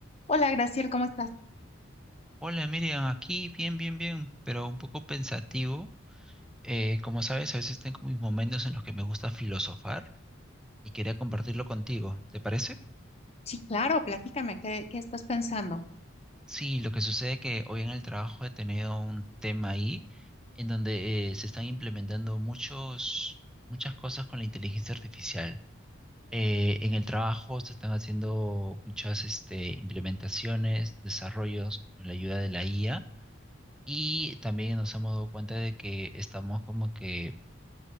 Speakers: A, on the left (about 30°); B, in the centre.
A: Hola, Graciel, ¿cómo estás?
B: Hola Miriam, aquí bien, bien, bien, pero un poco pensativo. Eh, como sabes, a veces tengo mis momentos en los que me gusta filosofar y quería compartirlo contigo. ¿Te parece?
A: Sí, claro, platícame, ¿qué, qué estás pensando?
B: Sí, lo que sucede que hoy en el trabajo he tenido un tema ahí en donde eh, se están implementando muchos, muchas cosas con la inteligencia artificial. Eh, en el trabajo se están haciendo muchas este, implementaciones, desarrollos con la ayuda de la IA y también nos hemos dado cuenta de que estamos como que